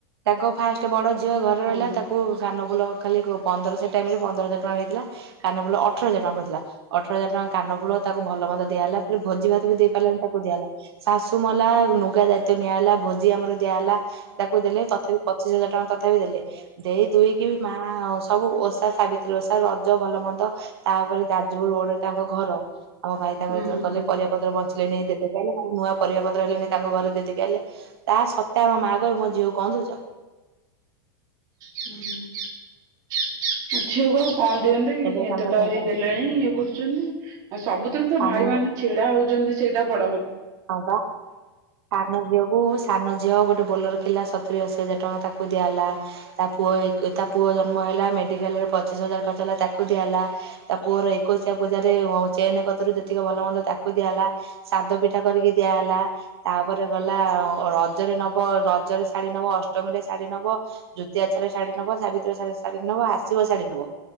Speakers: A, on the right; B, on the right.
A: ତାଙ୍କ ଫାଷ୍ଟ ବଡ ଝିଅ ଘରେ
B: ହୁଁ
A: ରହିଲା ତାକୁ କାନ ଫୁଲ ଖାଲି କ ପନ୍ଦର ସେ ଟାଇମ ରେ ପନ୍ଦର ହଜାର ଟଙ୍କାରେ ନେଇଥିଲା କାନ ଫୁଲ ଅଠର ହଜାର ଟଙ୍କା ପଡିଥିଲା ଅଠର ହଜାର ଟଙ୍କା କାନ ଫୁଲ ତାକୁ ଭଲ ମନ୍ଦ ଦିଆ ହେଲା ଫେରେ ଭୋଜି ଭାତ ବି ଦେଇପାରିଲେନି ତାକୁ ଦିଆ ହେଲା। ଶାଶୁ ମଲା ନୁଗା ଦାୟିତ୍ୱ ନିଆହେଲା ଭୋଜି ଆମର ଦିଆହେଲା ତାକୁ ଦେଲେ ତଥାବି ପଚିଶ ହଜାର ଟଙ୍କା ତଥାବି ଦେଲେ ଦେଇ ଦୁଇକି ବି ମାଆ ସବୁ ଓଷା ସାବିତ୍ରୀ ଓଷା ରଜ ଭଲ ମନ୍ଦ ତାପରେ ଯାଜପୁର ରୋଡରେ ତାଙ୍କ ଘର ଆମ ଭାଇ ତାଙ୍କର
B: ହୁଁ
A: ଯେତେବୋଳେ ଗଲେ
B: ହୁଁ
A: ପରିବା ପତ୍ର ବଞ୍ଚିଲେ ନେଇ ଦେଇଦେଇକି ଆଇଲେ। ନୂଆ ପରିବା ପତ୍ର ଆଇଲେ ନେଇ ତାଙ୍କ ଘରେ ଦେଇ ଦେଇକି ଆଇଲେ ତା ସତେ ଆମ ମାଆ କହିବେ ମୋ ଝିଅକୁ କଁ ଦୋଉଚ?
B: ହୁଁ। <unintelligible> ଦିଅନ୍ତେ କି
A: ସେବେ
B: ଏତେ
A: ତାଙ୍କ
B: ତ
A: ଝଗଡା
B: ହେଇ ଦେଲେଣି ଇଏ କରୁଛନ୍ତି। ଆଉ ସବୁଥିରେ ତ
A: ସାନ
B: ଭାଇ ମାନେ ଛିଡା ହୋଉଚନ୍ତି ସେ ସେଇଟା ବଡ କ
A: ହଁପା ସାନ ଝିଅକୁ ସାନ ଝିଅ ଗୋ ଟେ ବୋଲୋରୋ ଥିଲା ସତୁରି ଅଶି ହଜାର ଟଙ୍କା ତାକୁ ଦିଆ ହେଲା ତା ପୁଅ ଏକୋ ତା ପୁଅ ଜନ୍ମ ହେଲା ମେଡିକାଲ ପଚିଶି ହଜାର ଖର୍ଚ ହେଲା ତା ତାକୁ ଦିଆହେଲା ତା ପୁଅର ଏକୋଉଶିଆ ପୂଜାରେ ମ ଚେନ ପତ୍ରରୁ ଯେତିକ ଭଲ ମନ୍ଦ ତାକୁ ଦିଆ ହେଲା ସାଦ ପିଠା କରିକି ଦିଆହେଲା ତାପରେ ଗଲା ରଜରେ ନବ ରଜରେ ଶାଢ଼ୀ ନବ ଅସ୍ ଅଷ୍ଟମୀରେ ଶାଢୀ ନେବ ଦୁତିଆ ଓଷାରେ ଶାଢୀ ନବ ସାବିତ୍ରୀ ଓଷାରେ ଶାଢୀ ନବ ଆସିବ ଶାଢୀ ନବ